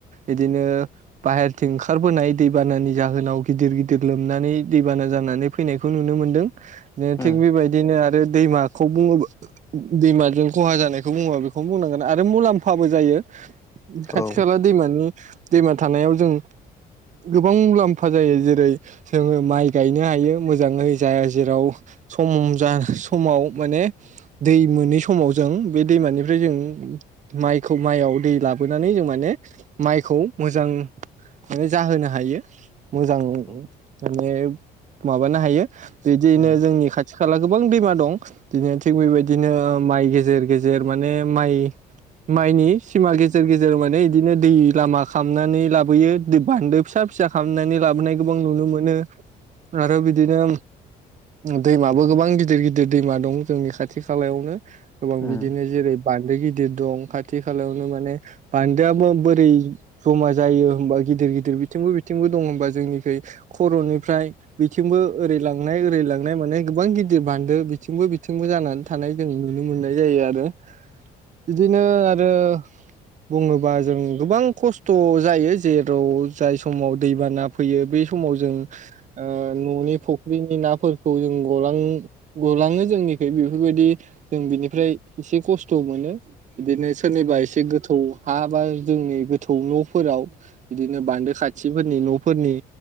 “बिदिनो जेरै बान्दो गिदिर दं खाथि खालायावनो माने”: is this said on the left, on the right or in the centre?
Right